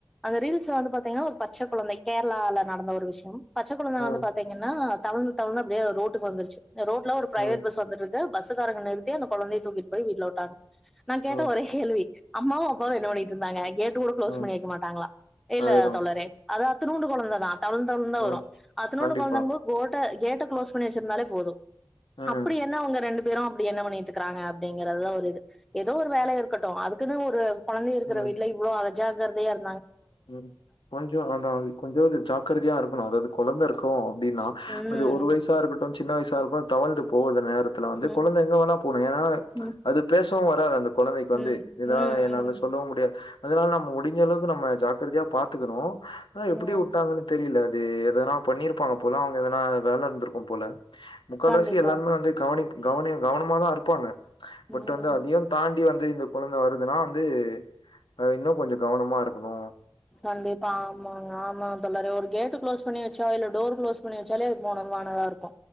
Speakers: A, in the centre; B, on the left.
A: அந்த ரீல்ஸ்ல வந்து பாத்தீங்கன்னா ஒரு பச்ச குழந்தை கேரளால நடந்த ஒரு விஷயம் பச்சக்கொழந்த
B: ம்,
A: வந்து பாத்தீங்கன்னா தவழ் து வந்து அப்டியே ரோட்டுக்கு வந்துருச்சு ரோட் ல ஒரு பிரைவேட்
B: ம்,
A: பஸ் வந்துட்றுக் கு பஸ்ஸுக்காரங்க நிறுத்தி அந்த கொழந்தைய தூக்கிட்டு போய் வீட்ல விட்டாங்க நா கேட்ட
B: ம்,
A: ஒரே கேள்வி அம்மாவு அப்பாவு என்ன பண்ணிட்டு இருந்தாங்க கே ட்டு கூட குளோஸ்
B: ம்.
A: பண்ணி வைக்க மாட்டாங்களா இல்ல
B: அதேதான்.
A: தொழரே அதா இந்துநூண்டு கொழந்ததா தவழ்ந்து தவழ்ந்து
B: ம்.
A: தா வரு அதுநூண்டு
B: கண்டிப்பா.
A: குழந்தாங்க போது கோட்ட கே ட க்ளோஸ் பண்ணி வெச்சிருந்தாலே போது
B: ம்,
A: அப்டி என்ன அவங்க ரெண்டு பேரு அப்டி என்ன பண்ணிட்டுறுக்குறாங்க அப்டிங்கறதா ஒரு இது ஏதோ ஒரு வேல இருக்கட்டு அதுக்குன்னு ஒரு கொழந்த இருக்குற
B: ம்.
A: வீட்டுல இவ்ளோ அல ஜாக்றதையா இரு
B: ம் கொஞ்சொ ஆனா அது கொஞ்சோண்டு ஜாக்கிரதையா இருக்கணு அதாவது கொழந்த இருக்கு அப்டின்னா
A: ம்
B: அது ஒரு வயசா இருக்கட் டு சின்ன வயசா இருக்கொ அது தவழ்ந்து போகுது நேரத்துல
A: ம்
B: வந்து கொழந்த எங்க வேணா போனு ஏன்னா
A: ம்
B: அது பேச் சவுவராது அந்த கொழந்தைக்கு
A: ம்
B: வந்து இததா
A: ம்
B: என்னால
A: ம்
B: சொல்லவு முடியாது அதனால நம்ம முடிஞ்ச அளவு நம்ம ஜா குறதையா பாத்துக்கணு ஆ எப்டி
A: ம்
B: வுட்டாங்கன்னு தெரில இது எதனா பண்ணிருப்பாங்க போல அவங்க எதனா வேல இருந்திருக்கும் போல முக்கால்வாசி
A: கண்டிப்பா
B: எல்லாருமே வந்து கவனி கவனி கவனமாதா இருப்பாங்க பட்
A: ம்
B: வந்து அதையு தாண்டி வந் து இந்த கொழந்த வருதுன்னா வந்து அ இன்னு கொஞ்சொ கவனமா இருக்கணு
A: கண்டிப்பா ஆமாங்க ஆமா தொல்லரொ ஒரு கேட்டு க்ளோஸ் பண்ணி வச்சா இல்ல டோர்க்ளோஸ் பன்னி வச்சாலே அது போனதுவானதா இருக்கு